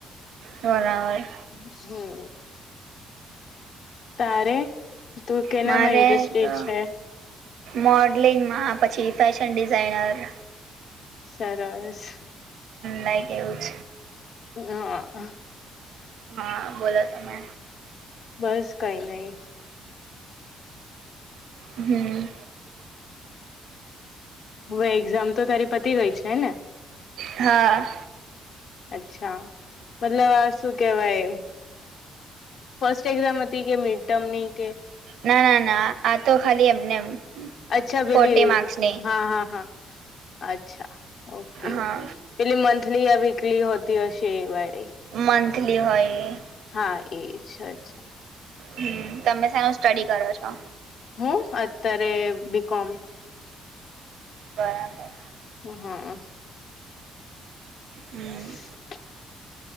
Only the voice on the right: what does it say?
બરાબર.
મારે
તો
મોડલિંગમાં પછી ફેશન ડિઝાઇનર
લાઇક એવુ જ
હા બોલો તમે
હમ.
હા.
ના ના ના આ તો ખાલી એમને એમ
ફોર્ટી માર્ક્સની
હા
મંથલી હોય
હમ તમે શેનું સ્ટડી કરો છો?
બરાબર.
હમ